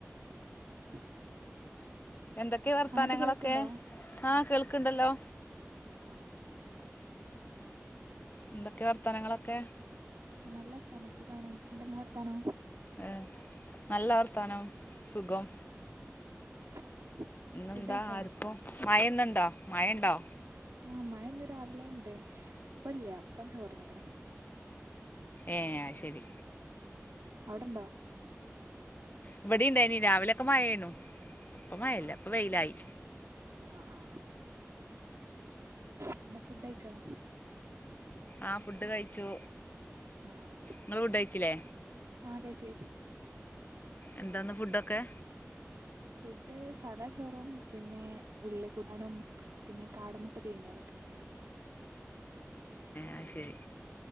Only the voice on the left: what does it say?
എന്തൊക്കെയ വർത്താനങ്ങളൊക്കെ
ആ കേൾക്കണ്ടല്ലോ
എന്തൊക്കെ വർത്തനങ്ങളൊക്കെ
ഏഹ് നല്ല വർത്തനവും സുഖം
ഇെന്താ
ആർക്കും മഴന്ന ഇണ്ടോ മഴ ഇണ്ടോ
ഏ ശരി
ഇവിടെന്ത ഇനി രാവിലെൊക്കെ മഴേണു അപ്പ മഴല്ല
ഇപ്പ വെയിലായി
ആ ഫുഡ് കഴിച്ചു
നിങ്ങള് ഫുഡ് കഴിച്ചില്ലേ
എന്താാണ് ഫുഡൊക്കെ
അയ്ശരി